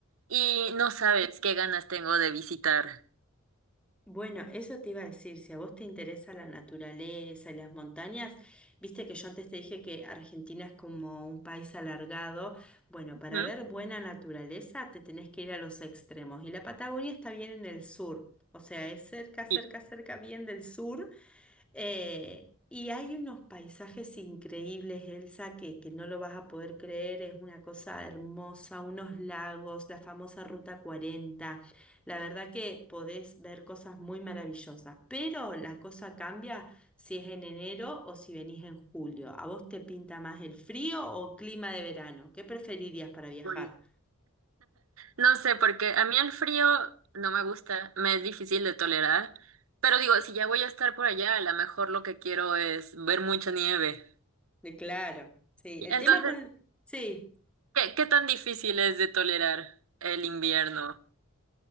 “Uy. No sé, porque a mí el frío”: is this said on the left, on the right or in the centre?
Right